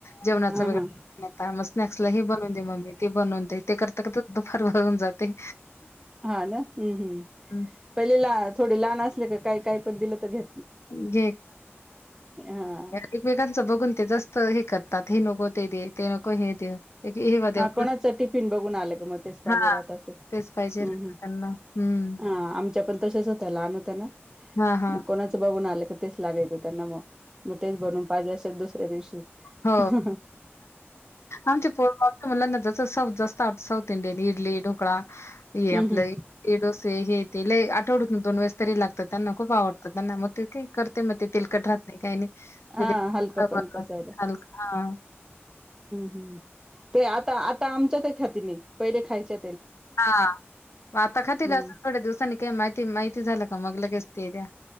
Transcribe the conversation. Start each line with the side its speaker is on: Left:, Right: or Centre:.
Left: जेवणाचा
Right: हा
Left: वेगळा
Right: हा
Left: न्हेता मग स्नॅक्सला हे बनवुन दे मम्मी. ते बनवून दे ते करता दुपार हो ऊन जाते.
Right: हां ना हम्म हम्म
Left: हं,
Right: पहिलेला थोडे लहान अस ले का काय काय पण दिलं तर घे
Left: <unintelligible> नाही
Right: हा
Left: एकमेकांचं बघून ते जास्त हे कर ततात हे नको ते दे ते नको हे दे. एक हेवा
Right: हां
Left: देवा
Right: कोणाच टिफिन बघून आलं का मग तेच पाहिजे
Left: हा
Right: राहत असेल.
Left: तेच पाहिजे
Right: हम्म
Left: राहतं
Right: हम्म
Left: त्यांना हम्म
Right: हां आम च्या पण तशाच होत्या लहान होत्या ना
Left: हा हा
Right: कोणाचं बघून आलं तेच लागायचं. त्यांना म मग तेच बनवून पाहिजे असेल दुस ऱ्या दिवशी.
Left: हो
Right: हम्म
Left: आमच्या <unintelligible> ला जसं साऊथ जास्त आतं साऊथ इंडियन इडली ढोकळा. ये
Right: हम्म
Left: आपलं डोसे हे. ते लई आठवड्यातन दोन वेळस तरी लागतं त्यांना खूप आवडतं त्यांना मग ते का करते मग तेल कट राह. नाही काही नाही
Right: हा
Left: तरी
Right: हलकं पण पचायला
Left: <unintelligible> अ हा.
Right: हम्. ते आता आता आमच्या त्या ख्यातीने पहिले खायचे.
Left: हा आता खाते
Right: हम्म.
Left: असून थोड्या दिवसांनी काही माहिती माहिती झालं. समग्ल कस्तीय्या